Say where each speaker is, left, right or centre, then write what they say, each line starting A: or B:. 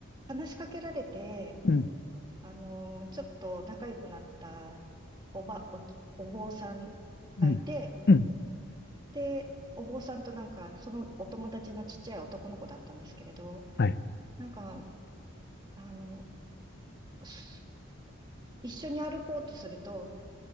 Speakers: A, on the right (about 20°); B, on the left (about 45°).
A: 話しかけられて、
B: うん。
A: あの、ちょっと仲良くなったおば、お、お坊さんがいて、
B: うん。うん。
A: で、お坊さんとなんか、そのお友達のちっちゃい男の子だったんですけれど、
B: はい。
A: なんか、あの、す一緒に歩こうとすると、